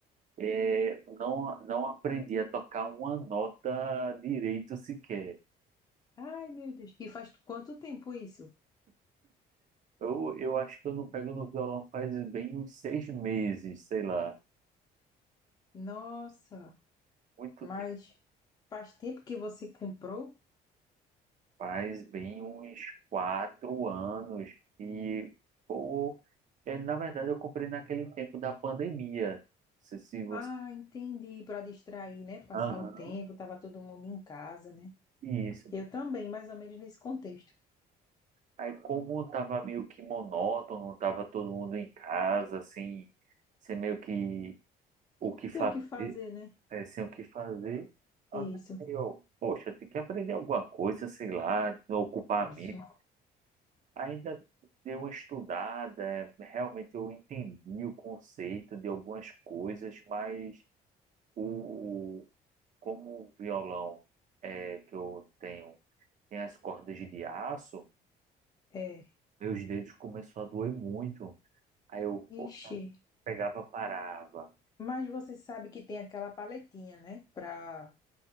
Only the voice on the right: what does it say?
é, não, não aprendi a tocar uma nota direito sequer.
Eu, eu acho que eu não pego no violão faz bem uns seis meses, sei lá.
Muito
Faz bem uns quatro anos e, pô, é, na verdade eu comprei naquele tempo da pandemia. Não sei se você...
Aham,
isso.
Aí como tava meio que monótono, tava todo mundo em casa, assim, sem meio que o que fazer,
é, sem o que fazer,
aí eu, poxa, tem que aprender alguma coisa, sei lá, ocupar
a mente, Ainda dei uma estudada, eh, realmente eu entendi o conceito de algumas coisas, mas o, o- como o violão é, que eu tenho tem as cordas de aço,
meus dedos começou a doer muito. Aí eu poxa,
pegava, parava.